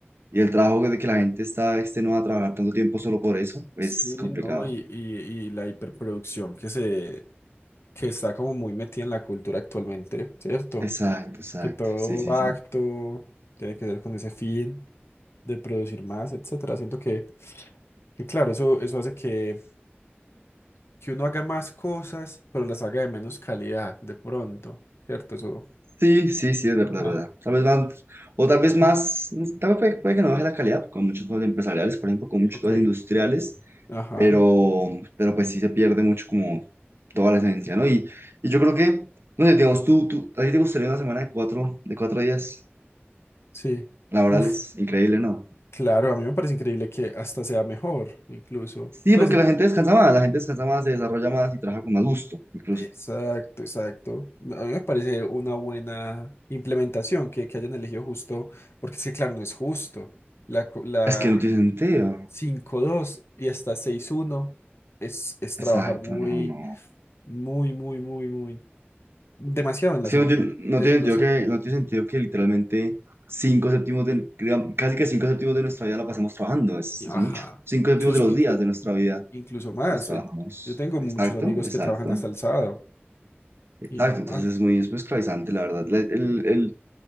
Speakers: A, on the right (about 65°); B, on the left (about 75°).
A: y el trabajo de que la gente está extenuada a trabajar tanto tiempo solo por eso es
B: sí,
A: complicado.
B: no, y, y, y la hiperproducción que se, que está como muy metida en la cultura actualmente, ¿cierto?
A: Exacto, exacto.
B: Que todo
A: Sí, sí,
B: acto
A: sí.
B: tiene que ver con ese fin de producir más, etcétera. Siento que, que claro, eso, eso hace que, que uno haga más cosas, pero las haga de menos calidad, de pronto, ¿cierto? Eso
A: Sí, sí, sí, es verdad,
B: Ajá.
A: verdad. Tal vez van, o tal vez
B: Ujú.
A: más, tal vez puede, puede que no baje la calidad con muchas cosas empresariales, por ejemplo, con muchas
B: Ok,
A: cosas industriales,
B: ajá,
A: pero, pero pues sí se pierde mucho como toda la esencia, ¿no? Y, y yo creo que, no sé, digamos, tú, tú, ¿a ti te gustaría una semana de cuatro, de cuatro días?
B: sí.
A: laborales,
B: Uf,
A: increíble, ¿no?
B: claro, a mí me parece increíble que hasta sea mejor, incluso.
A: Sí,
B: Pues,
A: porque la gente descansa más, la gente descansa más, se desarrolla más y trabaja con más gusto, incluso.
B: exacto, exacto. A mí me parece una buena implementación que, que hayan elegido justo, porque es que, claro, no es justo. La, co- la
A: Es que no tiene sentido.
B: cinco dos y hasta seis uno es, es trabajar
A: Exacto,
B: muy,
A: no, no.
B: muy, muy, muy, muy, demasiado en
A: Es
B: la semana.
A: que no tiene, no
B: Es,
A: tiene
B: no
A: sentido
B: sé.
A: que, no tiene sentido que literalmente cinco séptimos de, digamos, casi que cinco séptimos de nuestra vida la pasemos trabajando, es, es
B: Ajá.
A: mucho. Cinco
B: Incluso,
A: séptimos de los
B: inclu-
A: días de nuestra
B: in-
A: vida
B: in- incluso más.
A: los trabajamos.
B: hay- Yo tengo
A: Exacto,
B: muchos amigos
A: exacto,
B: que trabajan hasta el sábado
A: exacto.
B: y normal.
A: Entonces es muy, es muy esclavizante, la verdad. La- El, el,